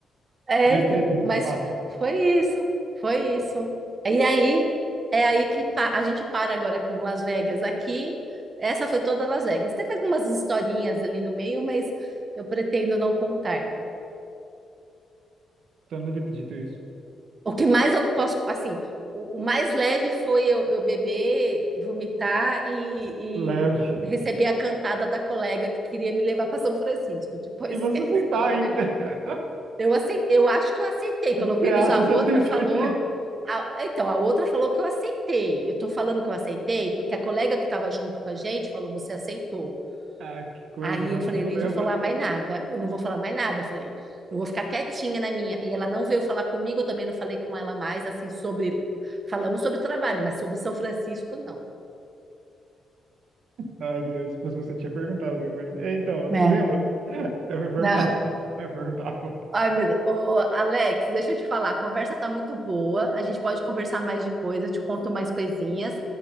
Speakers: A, on the right; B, on the right.
A: É,
B: Dois,
A: então,
B: três livros,
A: mas
B: no máximo.
A: foi isso, foi isso. E aí, é aí que pa- a gente para agora com Las Vegas aqui. Essa foi toda Las Vegas. Teve algumas historinhas ali no meio, mas eu pretendo não contar.
B: Então eu não devia ter dito isso.
A: O que mais eu posso, assim, o, o mais leve foi eu, eu beber, vomitar e,
B: Leve.
A: e receber a cantada da colega que queria me levar para São Francisco. Depois
B: E você
A: <laughs> esquece,
B: aceitar
A: não tem
B: ainda.
A: mais nada.
B: <laughs>
A: Eu, acei- eu acho que eu aceitei, pelo menos
B: Você acha,
A: a outra
B: você não tem
A: falou.
B: certeza.
A: a- então, a outra falou que eu aceitei. Eu tô falando que eu aceitei, porque a colega que estava junto com a gente falou: você aceitou.
B: Ah, que coisa,
A: Aí
B: não,
A: eu falei:
B: você não
A: nem
B: lembra.
A: vou falar mais nada. Eu não vou falar mais nada. Eu falei: eu vou ficar quietinha na minha. E ela não veio falar comigo, eu também não falei com ela mais, assim, sobre. Falamos sobre trabalho, mas sobre São Francisco, não.
B: Ai, Deus, se você tinha perguntado depois. É, então, você
A: É,
B: lembra? <laughs> Eu perguntava.
A: né?
B: Eu perguntava.
A: Ai, meu Deus. Ô, Alex, deixa eu te falar, a conversa tá muito boa. A gente pode conversar mais depois, eu te conto mais coisinhas,